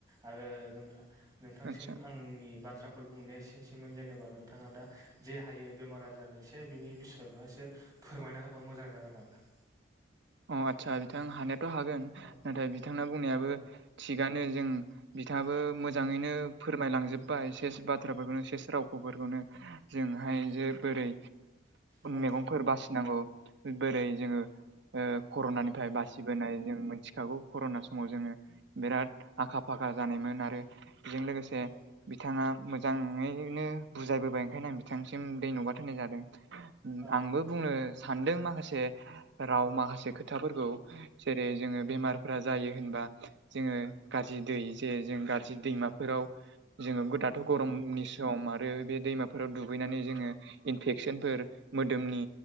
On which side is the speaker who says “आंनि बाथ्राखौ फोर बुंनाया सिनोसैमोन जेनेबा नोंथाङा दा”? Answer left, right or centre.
Right